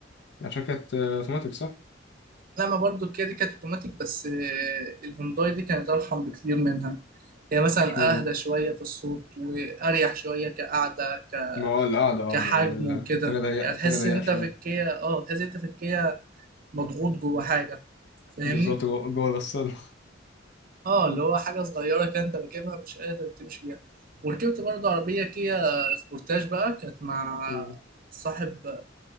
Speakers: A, on the left; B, on the right.
A: عشان كانت آه، اوتوماتيك صح
B: لما برضو الكيا دي كانت أوتوماتيك بس آه، الهونداي دي كانت أرحم بكتير منها هي مثلا
A: اشمعنى
B: أهدى شوية في الصوت وأريح شوية كقعدة ك...
A: ما هو القعده اه
B: كحجم
A: ما هي ال-
B: وكده
A: التانية ضيقه
B: يعني
A: التانية
B: تحس
A: ضيقه
B: إن أنت
A: شويه
B: في الكيا أه تحس إن أنت في الكيا مضغوط جوه حاجة فاهمني؟
A: بالظبط جوه جوه الغسالة
B: اه اللي هو حاجه صغيره كده انت راكبها مش قادر تمشي بيها وركبت برضه عربيه كيا سبورتاج بقى كانت مع
A: <laughs> مم.
B: صاحب